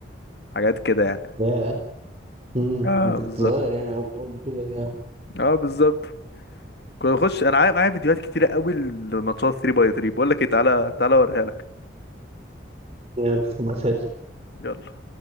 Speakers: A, on the left; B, on the right.
A: حاجات كده يعني
B: ياه امم
A: اه
B: انت
A: بالظبط
B: كنت صغير يعني اول أول بطولة دي آه.
A: اه بالظبط كنت بخش انا معايا معايا فيديوهات كتيرة قوي لماتشات 3 باي 3 بقول لك ايه تعالى تعالى اوريها لك
B: يلا ما تهاتش
A: يلا